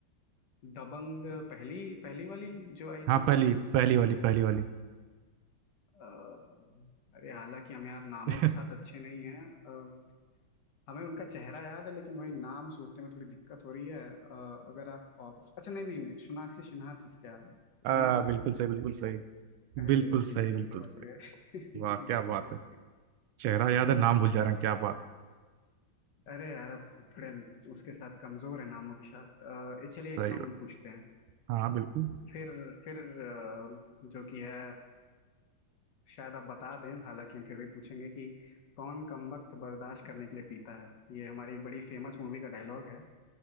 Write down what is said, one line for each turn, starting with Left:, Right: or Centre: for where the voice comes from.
Left: दबंग पहली पहली वाली जो आई
Right: हाँ
Left: थी
Right: पहली पहली वाली पहली वाली
Left: अ, अरे हालांकि हम यार नामों
Right: <laughs>
Left: के साथ अच्छे नहीं हैं अ, हमें उनका चेहरा याद है लेकिन वही नाम सोचने में थोड़ी दिक्कत हो रही है अ, अगर आप ऑप्शन अच्छा नहीं नहीं नहीं सोनाक्षी सिन्हा थी क्या
Right: आ,
Left: वही नाम था
Right: बिल्कुल
Left: उनका
Right: सही बिल्कुल सही
Left: अरे
Right: बिल्कुल
Left: ठीक
Right: सही
Left: है
Right: बिल्कुल
Left: ठीक है बच
Right: सही
Left: गए <laughs>
Right: वाह क्या
Left: बच
Right: बात
Left: गए बच
Right: है
Left: गए
Right: चेहरा याद
Left: हम्म,
Right: है नाम भूल जा रहा हूँ क्या बात है
Left: अरे यार अब थोड़े उसके साथ कमजोर है नामों के साथ अ, ये चलिए
Right: सही
Left: एक हम
Right: बात
Left: पूछते हैं
Right: हाँ बिल्कुल
Left: फिर फिर अ, जो कि है शायद आप बता दें हालांकि हम फिर भी पूछेंगे कि कौन कमबख्त बर्दाश्त करने के लिए पीता है ये हमारी एक बड़ी फेमस मूवी का डायलॉग है